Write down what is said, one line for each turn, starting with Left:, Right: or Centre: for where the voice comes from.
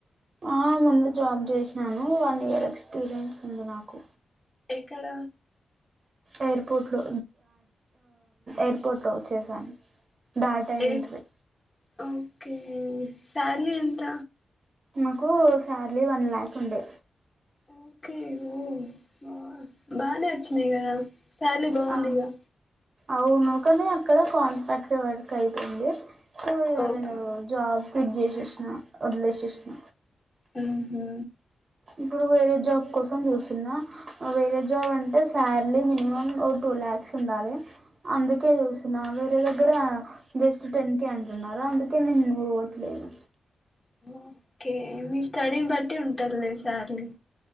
Right: ఆ ముందు జాబ్ చేసినాను వన్ ఇయర్ ఎక్స్పీరియన్స్ ఉంది నాకు
Left: ఎక్కడ
Right: ఎయిర్పోర్ట్లో ఎయిర్పోర్ట్లో చేసాను డేటా
Left: ఏ
Right: ఎంట్రీ
Left: ఓకే శాలరీ ఎంత
Right: నాకు శాలరీ వన్ ల్యాక్ ఉండే
Left: ఓకే ఓ వ బానే వచ్చినాయి కదా శాలరీ బాగుందిగా
Right: ఆ అవును కానీ అక్కడ కాంట్రాక్ట్ వర్క్ అయితుంది సో
Left: ఓకే
Right: నేను జాబ్ క్విట్ చేసేసిన వదిలేసిన
Left: ఉహు
Right: ఇప్పుడు వేరే జాబ్ కోసం చూస్తూన్న వేరే జాబ్ అంటే శార్లి మినిమం ఓ టూ ల్యాక్స్ ఉండాలి అందుకే చూస్తున్న వేరే దగ్గర జస్ట్ టెన్ కే అంటున్నారు అందుకే నేను పో దేను
Left: ఓకే మీ స్టడీని బట్టి ఉంటది లే సాలరీ